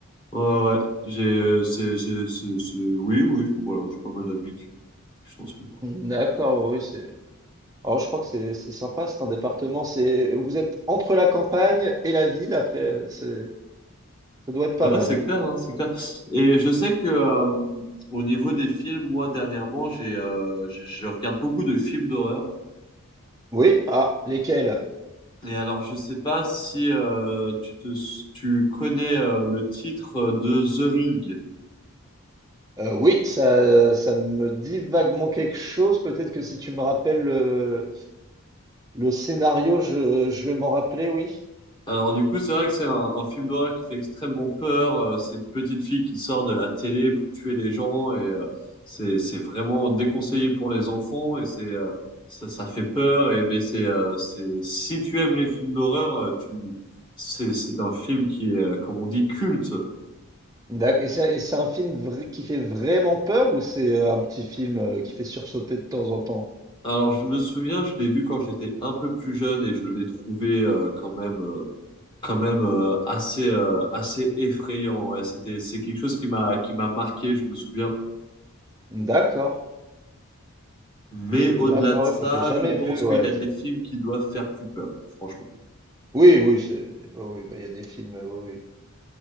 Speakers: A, on the left; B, on the right.
A: Ouais, ouais, ouais. j'ai, euh, c'est, c'est, c'est, c'est- oui, oui, enfin, voilà, j'ai pas mal d'amis qui, qui sont en Seine-et-Marne.
B: D'accord, oui, c'est. Alors je crois que c'est c'est sympa, c'est un département, c'est vous êtes entre la campagne et la ville, après c'est ça doit être pas
A: Ouais,
B: mal.
A: c'est clair, hein, c'est clair. Et je sais que, euh, au niveau des films, moi, dernièrement, j'ai, euh, je je regarde beaucoup de films d'horreur.
B: Oui? Ah, lesquels?
A: Et alors, je sais pas si, euh, tu te, tu connais, euh, le titre de The Ring.
B: Euh, oui, ça, ça me dit vaguement quelque chose. Peut-être que si tu me rappelles le, le scénario, je, je vais m'en rappeler, oui.
A: Alors du coup, c'est vrai que c'est un, un film d'horreur qui fait extrêmement peur. Euh, c'est une petite fille qui sort de la télé pour tuer les gens et euh, c'est c'est vraiment déconseillé pour les enfants et c'est euh, ça, ça fait peur. Et mais c'est euh, c'est si tu aimes les films d'horreur, euh, tu c'est c'est un film qui est euh, comme on dit culte.
B: D'accord. Et c'est et c'est un film vrai- qui fait vraiment peur ou c'est un petit film euh, qui fait sursauter de temps en temps?
A: Alors je me souviens, je l'ai vu quand j'étais un peu plus jeune et je l'ai trouvé euh, quand même euh, quand même euh, assez euh, assez effrayant. Ouais, c'était c'est quelque chose qui m'a qui m'a marqué. Je me souviens.
B: D'accord.
A: Mais au-delà
B: D'accord,
A: de ça,
B: ouais, faut- j'ai jamais
A: je pense
B: vu,
A: qu'il
B: ouais.
A: y a des films qui doivent faire plus peur, franchement.
B: Oui, oui, c'est- oui, oui, bah, il y a des films, oui, oui.